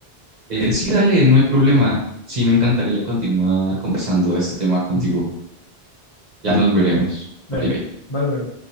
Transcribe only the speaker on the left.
Ujú.
Dale.
Bye bye.